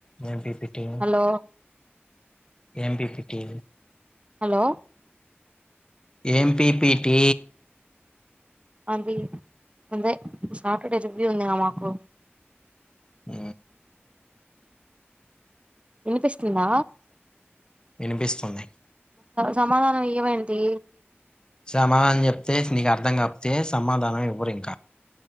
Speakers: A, on the left; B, on the right.
A: ఏమ్ పిపిటి
B: హలో
A: ఏం పిపిటి
B: హలో
A: ఏం పిపిటీ
B: అవి అదే సాటర్డే రివ్యూ ఉందిగా మాకు
A: మ్
B: వినిపిస్తుందా
A: వినిపిస్తుంది.
B: సమాదానం ఇయ్యవేంటి,
A: సమాధానం చెప్తే నీకు అర్థం కాపోతే సమాధానం ఇవ్వరు ఇంకా